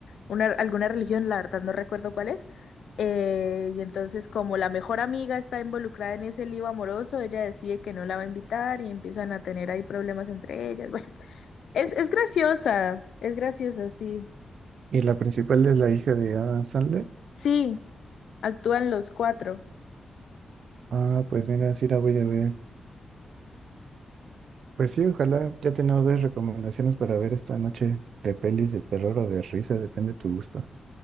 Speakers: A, on the left (about 80°); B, on the right (about 75°).
A: una, alguna religión, la verdad no recuerdo cuál es eh, y entonces, como la mejor amiga está involucrada en ese lío amoroso, ella decide que no la va a invitar y empiezan a tener ahí problemas entre ellas. Bueno, es, es graciosa, es graciosa, sí.
B: ¿Y la principal es la hija de Adam Sandler?
A: Sí, actúan los cuatro,
B: Ah, pues mira, sí la voy a ver. Pues sí, ojalá ya tenemos dos recomendaciones para ver esta noche de pelis de terror o de risa, depende de tu gusto.